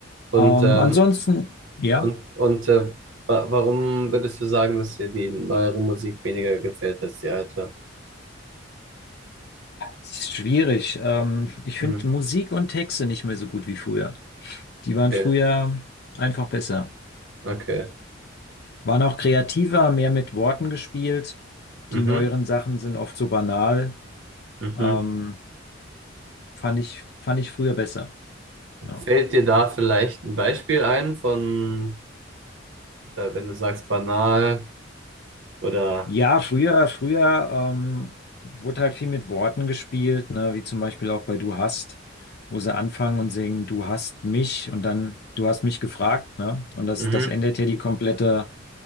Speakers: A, on the right; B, on the left.
A: Und
B: Ähm,
A: ähm,
B: ansonsten, ja,
A: und und äh, wa warum würdest du sagen, dass dir die neuere Musik weniger gefällt als die alte?
B: es ist schwierig. Ähm, ich
A: Hm.
B: finde Musik und Texte nicht mehr so gut wie früher. Die
A: Okay,
B: waren früher einfach besser.
A: okay.
B: Waren auch kreativer, mehr mit Worten gespielt.
A: Mhm.
B: Die neueren Sachen sind oft so banal.
A: Mhm.
B: Ähm, fand ich, fand ich früher besser. Ja,
A: Fällt dir da vielleicht ein Beispiel ein von, äh, wenn du sagst banal oder
B: ja früher, früher ähm, wurde halt viel mit Worten gespielt, ne? Wie zum Beispiel auch bei Du hast, wo sie anfangen und singen, Du hast mich und dann Du hast mich gefragt, ne? Und das,
A: mhm,
B: das ändert ja die komplette,